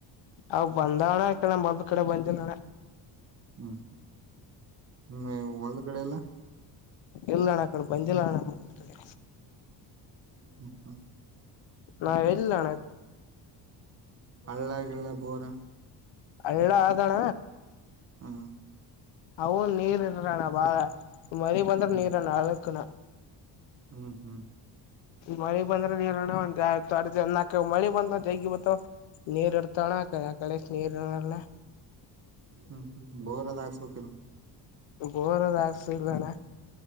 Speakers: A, on the left; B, on the right.
A: ಅವ ಬಂದವಣಕ ನಮ್ಮ ಮಬ್ಬ ಕಡೆ ಬಂದಣ
B: ಹ್ಮ್ ಹ್ಮ್ ಒಲ್ ಕಡೆ ಎಲ್ಲ
A: ಎಲ್ಲ ಅಣ್ಣ ಆ ಕಡೆ ಬಂದಿಲ್ಲ ಅ್ಣ ಕಡೆ
B: ಹ್ಮ್ ಹ್ಮ್
A: ನಾ ಎಲ್ಲಣ
B: ಅಳ್ಳ ಗಲ್ಲ ಬರ
A: ಅಳ್ಳ ಆದಣ
B: ಹಾ
A: ಅವವು ನೀರು ಇಡಣಾ ಬಾಳ ಮರಿ ಬಂದ್ರೆ
B: ಹ್ಮ್
A: ನೀರ ಅಳಕಣ
B: ಹ್ಮ್ ಹ್ಮ್
A: ಮಳಿ ಬಂದ್ರೆ ನೀರಣ ಒಂದತ ಅ ನಾಕ ಮಳಿ ಬಂದ್ರ ಜೈಗಿ ಬ ನೀರ್ ಇರ್ತಾವಳ ಆ ಕಳಕ್ ನೀರ್ ಇಲ್ಲ
B: ಹ್ಮ್ ಹ್ಮ್ ಬೋರದಾಗಸೋ ಪಲ್
A: ಬೋರದ ಹಾಕ್ಸ ಇಲ್ವಣ್ಣ